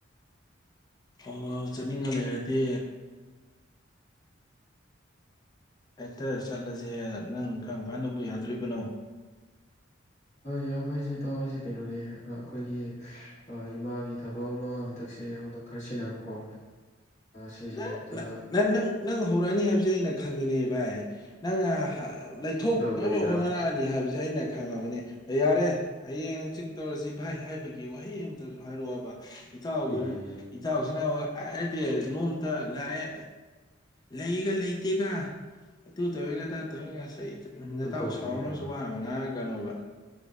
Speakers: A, on the left; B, on the left.
A: ꯑꯣ ꯆꯠꯅꯤꯡꯉ ꯂꯩꯔꯗꯤ ꯍꯦꯛꯇ ꯆꯠꯂꯁꯦ ꯅꯪ ꯀꯔꯝ ꯀꯥꯟꯗꯕꯨ ꯌꯥꯗꯣꯔꯤꯕꯅꯣ
B: ꯌꯥꯕ ꯍꯥꯏꯁꯦ ꯏꯇꯥꯎ ꯀꯩꯅꯣꯅꯦ ꯑꯩꯈꯣꯏꯒꯤ ꯏꯃꯥꯒꯤ ꯊꯕꯛ ꯑꯃ ꯍꯟꯗꯛꯁꯦ ꯑꯩꯉꯣꯟꯗ ꯈꯔ ꯁꯤꯟꯅꯕꯀꯣ ꯁꯤꯁꯦ
A: ꯅ
B: ꯑꯝꯇ
A: ꯅ ꯅꯪ ꯅꯪ ꯍꯧꯔꯛꯑꯅꯤ ꯍꯥꯏꯕꯁꯦ ꯑꯩꯅ ꯈꯪꯉꯤꯅꯦꯕꯥꯏ ꯅꯪꯅ ꯂꯩꯊꯣꯛꯅꯕ
B: ꯇꯧꯕꯅꯤꯗ
A: ꯍꯣꯠꯅꯔꯛꯑꯅꯤ ꯍꯥꯏꯕꯁꯦ ꯑꯩꯅ ꯑꯩ ꯈꯪꯉꯕꯅꯤ ꯌꯥꯔꯦ ꯍꯌꯦꯡ ꯍꯪꯆꯤꯠ ꯇꯧꯔꯁꯤ ꯚꯥꯏ ꯍꯥꯏꯕꯒꯤ ꯋꯥꯍꯩ ꯑꯃꯝꯇꯁꯨ ꯍꯥꯏꯔꯛꯑꯣꯕ ꯏꯇꯥꯎ
B: ꯏꯍꯦ
A: ꯏꯇꯥꯎꯖꯤꯅꯕ ꯗꯤ ꯅꯣꯡ ꯑ ꯂꯥꯛꯑꯦ ꯂꯩꯒ ꯂꯩꯇꯦꯒ ꯑꯗꯨ ꯇꯧꯔꯦꯑꯗꯥ ꯇꯧꯔꯦꯒ ꯅꯇꯥꯎ
B: ꯑꯣꯟꯊꯣꯛꯄꯅꯤꯗ
A: ꯁꯥꯎꯔꯛꯅꯕꯁꯨ ꯋꯥ ꯑꯃ ꯉꯥꯏꯔ ꯀꯅꯕ